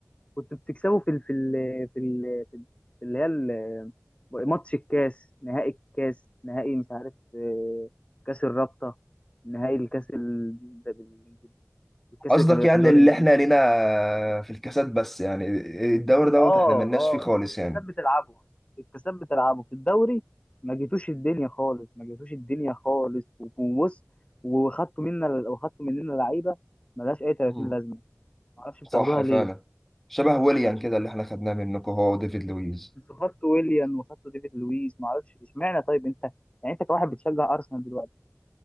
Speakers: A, on the left; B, in the centre.
A: كنت بتكسبه في ال في ال في ال في ال- في اللي هي ال- ماتش الكاس نهائي الكاس نهائي مش عارف آه، كاس الرابطة نهائي الكاس ال- ده بال- الكاس
B: قصدك
A: اللي كان بيبقى
B: يعني
A: في الدوري
B: اللي
A: الانجليزي
B: احنا لينا
A: ده
B: في الكاسات بس يعني الدوري دوت
A: اه
B: احنا ملناش
A: اه
B: فيه خالص
A: انتوا في الكاسات
B: يعني
A: بتلعبوا في الكاسات بتلعبوا في الدوري ما جيتوش الدنيا خالص ما جيتوش الدنيا خالص وبص وخدتوا منا وخدتوا مننا لعيبه ملهاش اي 30
B: مم.
A: لازمه ما اعرفش بتاخدوها
B: صح فعلا
A: ليه
B: شبه ويليان كده اللي احنا خدناه منكم هو وديفيد لويز
A: انت خدت ويليان وخدت ديفيد لويس ما اعرفش اشمعنى طيب انت يعني انت كواحد بتشجع ارسنال دلوقتي